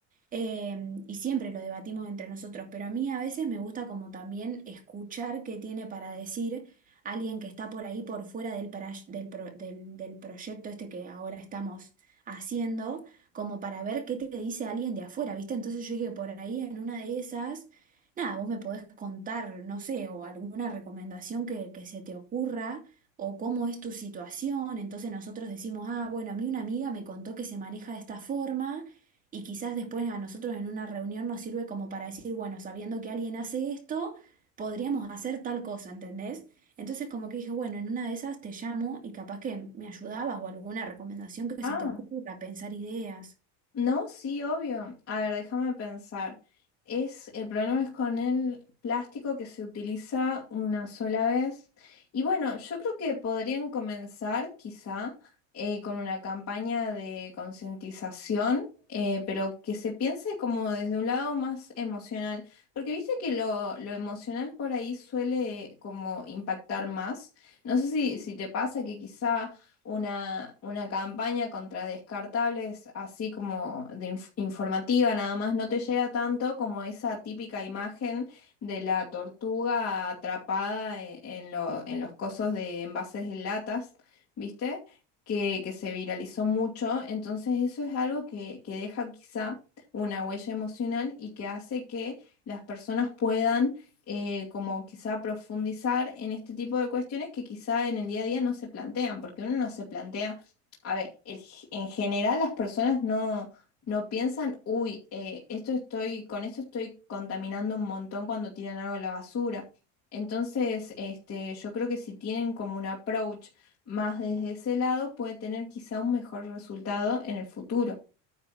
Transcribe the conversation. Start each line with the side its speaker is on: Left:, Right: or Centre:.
Right: Em, y siempre lo debatimos entre nosotros, pero a mí a veces me gusta como también escuchar qué tiene para decir alguien que está por ahí por fuera del, para- del, pro- del del proyecto este que ahora estamos haciendo como para ver qué te dice alguien de afuera, ¿viste? Entonces yo dije, por ahí en una de esas, nada, vos me podés contar, no sé, o alguna recomendación que, que se te ocurra, o cómo es tu situación. Entonces nosotros decimos, ah, bueno, a mí una amiga me contó que se maneja de esta forma. Y quizás después a nosotros en una reunión nos sirve como para decir, bueno, sabiendo que alguien hace esto, podríamos hacer tal cosa, ¿entendés? Entonces como que dije, bueno, en una de esas te llamo y capaz que me ayudabas o alguna recomendación que
Left: Ah,
Right: se te ocurra, pensar ideas.
Left: No, sí, obvio. A ver, déjame pensar. Es, el problema es con el plástico que se utiliza una sola vez. Y bueno, yo creo que podrían comenzar quizá eh, con una campaña de concientización, eh, pero que se piense como desde un lado más emocional, porque viste que lo, lo emocional por ahí suele como impactar más. No sé si, si te pasa que quizá una, una campaña contra descartables, así como de inf- informativa nada más, no te llega tanto como esa típica imagen de la tortuga atrapada e- en, lo- en los cosos de envases de latas, ¿viste? Que, que se viralizó mucho. Entonces eso es algo que, que deja quizá una huella emocional y que hace que las personas puedan eh, como quizá profundizar en este tipo de cuestiones que quizá en el día a día no se plantean, porque uno no se plantea, a ver, el- en general las personas no, no piensan, uy, eh, esto estoy, con esto estoy contaminando un montón cuando tiran algo a la basura. Entonces, este, yo creo que si tienen como un approach más desde ese lado, puede tener quizá un mejor resultado en el futuro.